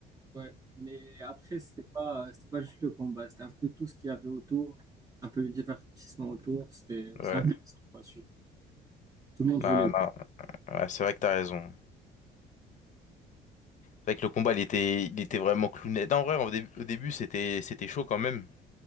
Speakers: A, on the right; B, on the left.
A: Ouais, mais après, c'était pas, c'était pas juste le combat. C'était un peu tout ce qu'il y avait autour, un peu le divertissement autour. C'était
B: Ouais,
A: c'était intéressant, quoi. Tout le monde
B: non,
A: voulait.
B: non, ouais, c'est vrai que t'as raison. C'est vrai que le combat, il était, il était vraiment clownesque. Non, En vrai, au début, au début, c'était, c'était chaud quand même.